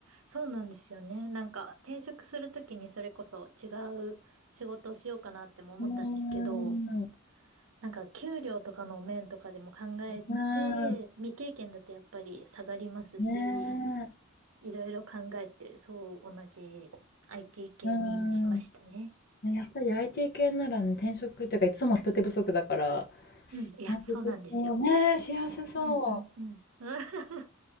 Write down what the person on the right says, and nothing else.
そうなんですよね。なんか、転職するときにそれこそ違う仕事をしようかなっても思ったんですけど、
なんか、給料とかの面とかでも考えて、
未経験だとやっぱり下がりますし、
いろいろ考えて、そう、同じ IT 系にしましたね。
うん、いや、
そうなんですよ。
うん、うん、うん。<laughs>